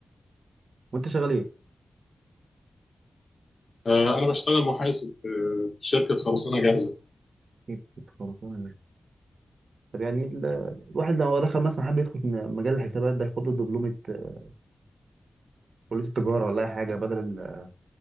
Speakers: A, on the right; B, on the left.
A: وانت شغال ايه
B: آه، انا بشتغل محاسب في في شركه خرسانه جاهزه
A: حتة خرسانة طب يعني ال- الواحد لو دخل مثلا حب يدخل في م- مجال الحسابات ده ياخد له دبلومه آه، كليه التجاره ولا اي حاجه بدل ال...